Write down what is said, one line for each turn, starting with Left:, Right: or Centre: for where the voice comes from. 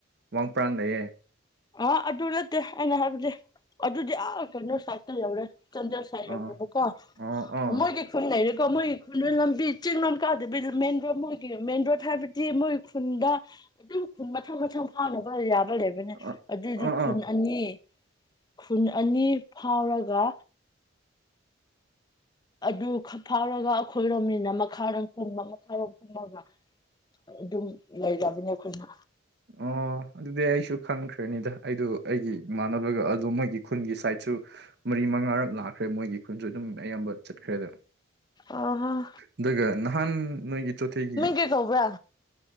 Right: ꯋꯥꯡꯄ꯭ꯔꯥꯟ ꯂꯩꯌꯦ
Left: ꯑꯥ ꯑꯗꯨ ꯅꯠꯇꯦ ꯑꯩꯅ ꯍꯥꯏꯕꯗꯤ ꯑꯗꯨꯗꯤ ꯑꯥ ꯀꯩꯅꯣ ꯁꯥꯠꯇ ꯌꯧꯔꯦ ꯆꯥꯟꯗꯦꯜ ꯁꯥꯏꯠꯔꯣꯝꯅꯦꯕꯀꯣ
Right: ꯑꯥ ꯑꯣ ꯑꯣ
Left: ꯃꯣꯏꯒꯤ ꯈꯨꯟ ꯂꯩꯔꯦꯀꯣ ꯃꯣꯏꯒꯤ ꯈꯨꯜꯗꯨ ꯂꯝꯕꯤ ꯆꯤꯡꯂꯣꯝ ꯀꯥꯗꯕꯤꯗ ꯃꯦꯟ ꯔꯣꯗ ꯃꯣꯏꯒꯤ ꯃꯦꯟ ꯔꯣꯗ ꯍꯥꯏꯕꯗꯤ ꯃꯣꯏꯒꯤ ꯈꯨꯟꯗ ꯑꯗꯨꯝ ꯈꯨꯟ ꯃꯊꯪ ꯃꯊꯪ ꯐꯥꯎꯅ ꯌꯥꯕ ꯂꯩꯕꯅꯦ
Right: ꯑ
Left: ꯑꯗꯨꯏꯖꯨ
Right: ꯑꯥ
Left: ꯈꯨꯟ
Right: ꯑꯥ
Left: ꯑꯅꯤ ꯈꯨꯟ ꯑꯅꯤ ꯐꯥꯎꯔꯒ ꯑꯗꯨ ꯐꯥꯎꯔꯒ ꯑꯩꯈꯣꯏꯔꯣꯝꯅꯤꯅ ꯃꯈꯥꯔꯣꯝ ꯀꯨꯝꯕ ꯃꯈꯥꯔꯣꯝ ꯀꯨꯝꯃꯒ ꯑꯗꯨꯝ ꯂꯩꯔꯕꯅꯦ ꯑꯩꯈꯣꯏꯅ
Right: ꯑꯣ ꯑꯗꯨꯗꯤ ꯑꯩꯁꯨ ꯈꯪꯈ꯭ꯔꯅꯤꯗ ꯑꯩꯗꯣ ꯑꯩꯒꯤ ꯏꯃꯥꯟꯅꯕꯒ ꯑꯗꯨꯣ ꯃꯣꯏꯒꯤ ꯈꯨꯟꯒꯤ ꯁꯥꯏꯠꯁꯨ ꯃꯔꯤ ꯃꯉꯥꯔꯛ ꯂꯥꯛꯈ꯭ꯔꯦ ꯃꯣꯏꯒꯤ ꯈꯨꯟꯗꯨ ꯑꯗꯨꯝ ꯑꯌꯥꯝꯕ ꯆꯠꯈ꯭ꯔꯦꯗ
Left: ꯑꯥꯍꯥ
Right: ꯑꯗꯨꯒ ꯅꯍꯥꯟ ꯅꯣꯏꯒꯤ ꯆꯣꯊꯦꯒꯤ
Left: ꯀꯩ ꯀꯧꯕ꯭ꯔꯥ